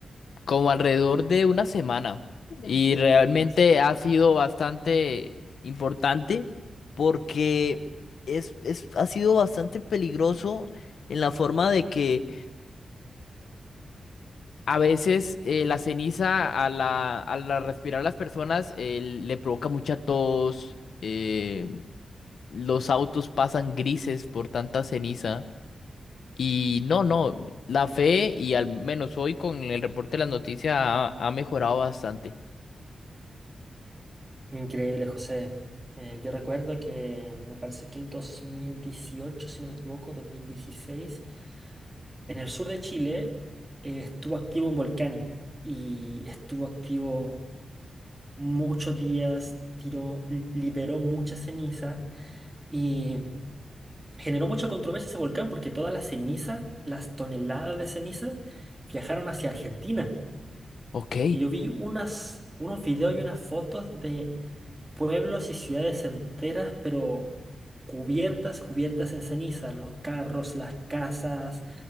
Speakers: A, on the left; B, on the right.
A: como alrededor de una semana y realmente ha sido bastante importante porque es, es- ha sido bastante peligroso en la forma de que a veces eh, la ceniza a la, a la respirar las personas eh, le provoca mucha tos, eh, los autos pasan grises por tanta ceniza. Y no, no, la fe y al menos hoy con el reporte de las noticias ha, ha mejorado bastante.
B: Increíble, José. Eh, yo recuerdo que me parece que el 2018, si no me equivoco, 2016, en el sur de Chile, eh, estuvo activo un volcán y estuvo activo muchos días, tiró, li- liberó mucha ceniza y generó mucha controversia ese volcán porque toda la ceniza, las toneladas de ceniza, viajaron hacia Argentina.
A: Ok,
B: Y yo vi unas, unos videos y unas fotos de pueblos y ciudades enteras, pero cubiertas, cubiertas en ceniza, los carros, las casas,